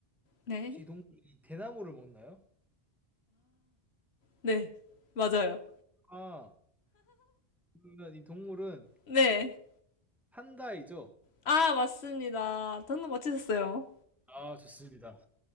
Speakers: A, on the left; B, in the centre.
A: 네.
B: 혹시 이 동물이 대나무를 먹나요?
A: 네. 맞아요.
B: 아, 그러면 이 동물은
A: 네.
B: 판다이죠?
A: 아, 맞습니다. 당근 맞히셨어요.
B: 아, 좋습니다.